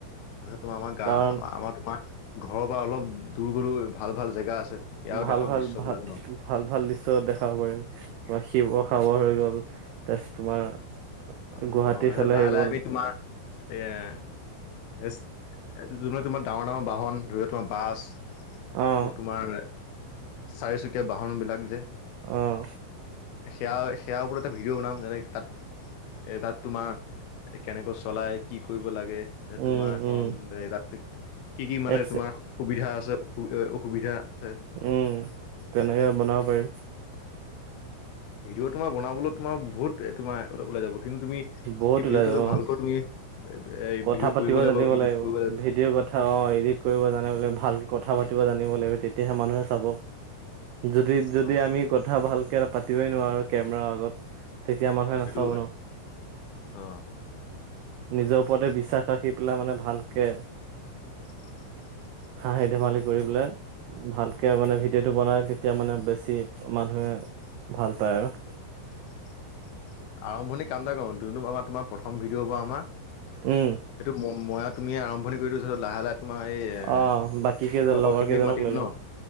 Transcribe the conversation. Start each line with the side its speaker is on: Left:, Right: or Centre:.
Left: তোমাৰ আমাৰ গা
Right: কাৰণ
Left: আমাৰ তোমাৰ ঘৰৰ পৰা অলপ দূৰ গলো ভাল ভাল জেগা আছে। ইয়াৰো
Right: ভাল
Left: দেখাম
Right: ভাল
Left: দৃশ্যবিলাক
Right: ভাল
Left: ন
Right: ভাল ভাল দৃশ্য দেখাব পাৰিম। তোমাৰ শিৱসাগৰ
Left: অ
Right: হৈ গ'ল তাৰছ তোমাৰ।
Left: অ' তাৰপিছ
Right: গুৱাহাটী ফালে
Left: লাহে
Right: হৈ
Left: লাহে
Right: গ'ল
Left: আমি তোমাৰ এ। এ যোনে তোমাৰ ডাঙৰ ডাঙৰ বাহন ধৰি লওঁক। তোমাৰ বাছ
Right: অ
Left: আকৌ তোমাৰ চাৰিচুকীয়া বাহন বিলাক যে।
Right: অ
Left: সেয়া সেয়াৰ ওপৰত এটা ভিডিঅ' বনাম যেনে তাত। এ তাত তোমাৰ কেনেকৈ চলাই কি কৰিব লাগে। এ
Right: উম,
Left: তোমাৰ এখন
Right: উম,
Left: <unintelligible> কি কি মানে
Right: এক
Left: তোমাৰ সুবিধা আছে। অ' অসুবিধা আছে।
Right: উম, তেনেকে বনাব পাৰিম।
Left: ভিডিঅ' তোমাৰ বনাবলৈ তোমাৰ বহুত তোমাৰ। ওলাই যাব কিন্তু তুমি সেই
Right: বহুত ওলাই
Left: ভিডিঅ'টো
Right: যাব অ',
Left: ভালকৈ তুমি এই
Right: কথা
Left: ভিডিঅ'
Right: পাতিব
Left: কৰিব
Right: জানিব
Left: এডিট
Right: লাগিব
Left: কৰিব
Right: ভিডিঅৰ কথা অ এডিট কৰিব জানিব লাগিব ভালকে কথা পাতিব জানিব লাগিব তেতিয়াহে মানুহে চাব যদি যদি
Left: ন
Right: আমি কথা ভালকে পাতিবই নোৱাৰো কেমেৰাৰ আগত তেতিয়া মানুহে
Left: সেইটোও
Right: নাচাব
Left: হয়
Right: ন
Left: অ
Right: নিজৰ ওপৰতে বিশ্বাস ৰাখি পেলাই মানে ভালকে
Left: <inaudible>
Right: হাঁহি ধেমালি কৰি পেলাই ভালকে মানে ভিডিঅ'টো বনাই তেতিয়া মানে বেছি মানুহে ভাল পায় আৰু
Left: <inaudible> আৰম্ভণি কাম এটা কৰো যোনটো আমাৰ তোমাৰ প্ৰথম ভিডিঅ' হ'ব আমাৰ সেইটো
Right: উম,
Left: মই তুমিয়ে আৰম্ভণি কৰি দিও তাৰপিছত লাহে লাহে তোমাৰ এই এ
Right: অ' বাকী কেইজন
Left: লগৰখিনিক
Right: লগৰ কেইজনক
Left: মাতিম
Right: লৈ
Left: ন
Right: লম